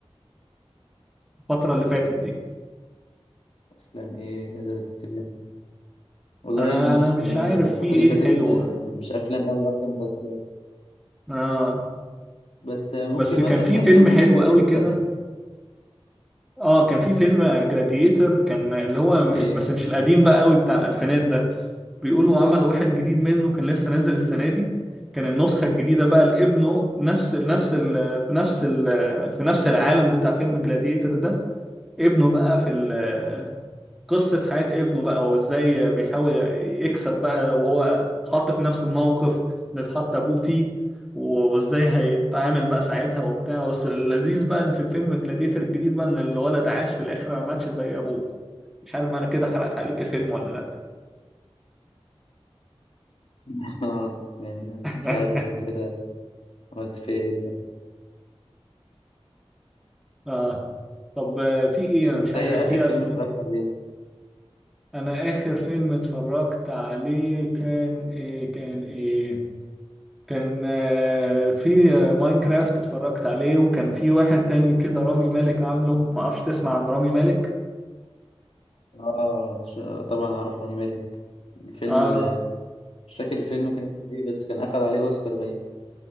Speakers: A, in the centre; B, on the left.
A: الفترة اللي فاتت دي
B: الأفلام إيه جذبت انتباهي والله
A: انا
B: مش
A: انا مش
B: م-
A: عارف
B: الفترة
A: في ايه
B: اللي فاتت
A: حلو
B: ما مش أفلام أوي أكتر مسلسلات
A: اه
B: بس ممكن
A: بس
B: مثلا
A: كان في
B: أفلام
A: فيلم
B: مصرية
A: حلو قوي
B: شفت
A: كده اه كان في فيلم جلاديتر كان اللي هو مش
B: إيه
A: بس مش القديم بقى قوي بتاع الالفينات ده بيقولوا عمل واحد جديد منه كان لسه نازل السنة دي كان النسخة الجديدة بقى لابنه نفس ال نفس ال في نفس ال في نفس العالم بتاع فيلم جلاديتر ده ابنه بقى في ال- قصة حياة ابنه بقى وازاي بيحاول يكسب بقى وهو اتحط في نفس الموقف اللي اتحط ابوه فيه وازاي هيتعامل بقى ساعتها وبتاع بس اللذيذ بقى ان في فيلم جلاديتر الجديد بقى ان الولد عاش في الاخر ما ماتش زي ابوه مش عارف بقى انا كده حرقت عليك الفيلم ولا لا
B: <laughs> آه، يعني
A: <laughs>
B: مش عارف بقى أنت كده عملت فيا إيه صح؟
A: اه طب آه، في ايه
B: أنت
A: انا مش عارف
B: إيه آخر
A: في
B: فيلم
A: افلام
B: اتفرجت عليه؟
A: انا اخر فيلم اتفرجت عليه كان ايه كان ايه كان آه، في آه، ماينكرافت اتفرجت عليه وكان في واحد تاني كده رامي مالك عامله ما اعرفش تسمع عن رامي مالك
B: آه ش- طبعا أعرف رامي مالك الفيلم
A: اه
B: اللي مش فاكر الفيلم كان اسمه إيه بس كان أخد عليه أوسكار باين